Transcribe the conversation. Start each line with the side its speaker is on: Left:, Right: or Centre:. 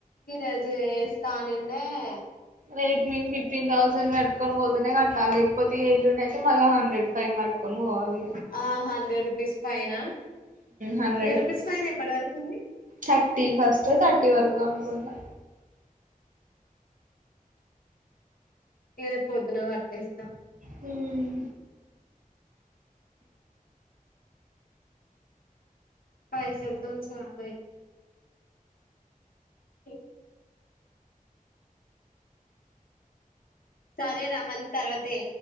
Left: వ రజుస్స్తాన్న ఆ
Right: రేట్ మీన్ ఫిఫ్టీన్ ౌసండ్ మట్కంోదనే క త లేకపోతి వెయిలు న మళ్ళా హండ్రెడ్ ఫైన్ పట్టుకొని పోవాలి
Left: ఆ హండ్రెడ్ రూపీస్ పైన
Right: హండ్రెడ్
Left: రూపీస్ పైన ఎప్పటి వరకు ఉంది
Right: థర్టీ ఫస్ట్ థర్టీ వరకు అనుకుంటా
Left: నేరే పొద్దున కట్టేస్తా
Right: సన్
Left: పయ సర దోన్ సాలయితే ఇ సరే రామల్ తర్వాతే